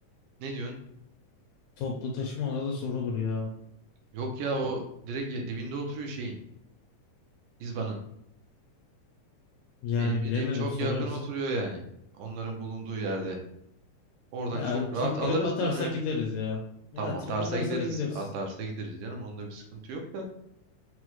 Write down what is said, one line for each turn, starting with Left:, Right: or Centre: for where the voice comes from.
Right: Ne diyorsun?
Left: Toplu taşıma ona da zor olur ya.
Right: Yok ya o direkt dibinde oturuyor şeyin. İzban'ın.
Left: Yani
Right: Benim bildiğim
Left: bilemedim
Right: çok
Left: sorarız.
Right: yakın oturuyor yani. Onların bulunduğu yerde. Oradan
Left: Ya
Right: çok rahat
Left: trip
Right: alırız
Left: mirip atarsa
Right: biz onu ya.
Left: gideriz ya. Ya
Right: Tamam
Left: trip
Right: atarsa
Left: atarsa
Right: gideriz.
Left: da gideriz.
Right: Atarsa gideriz canım. Onda bir sıkıntı yok da.